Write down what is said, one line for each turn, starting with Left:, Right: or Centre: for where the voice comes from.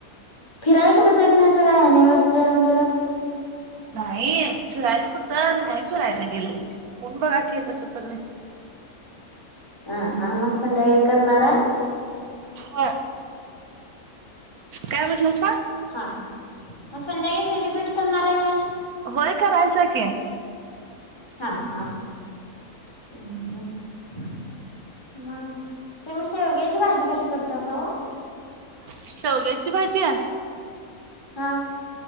Left: फिराय कुठच जायेत नाही सगळ एनिव्हर्सरी आहे म्हटल.
Right: नाही फिरायला कुठ नाही फिरायला गेले कोण बघा की कस पडल.
Left: ह हा मग संध्याकाळी करणारा आहे?
Right: हा. काय म्हटलंसा?
Left: हा, मग संध्याकाळी सेलिब्रेट करणार आहे का?
Right: होय करायच कि.
Left: हा हा हम्म, हम्म. म तुम्ही शेवग्याची भाजी कशी करतासाव?
Right: शेवग्याची भाजी हे.
Left: हा.